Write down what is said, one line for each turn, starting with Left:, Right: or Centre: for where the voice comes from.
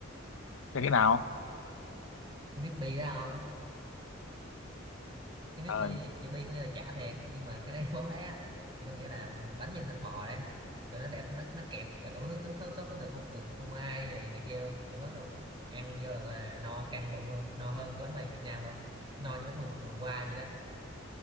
Left: cái cái nào
Right: mít bi đó không cái mít
Left: ờ
Right: bi chữ bi có nghĩa là chả thiệt nhưng mà cái đấy món đấy á thì có nghĩa là bánh nhân thịt bò đấy rồi nó đẹp nó nó kẹp rồi đủ thứ thứ, thứ sốt đến từ phô phường phô mai rồi này kia luôn đủ thứ luôn ăn vô là gọi là no căng bụng luôn no hơn cái bánh mì Việt Nam luôn no như bánh mì quần qua vậy đó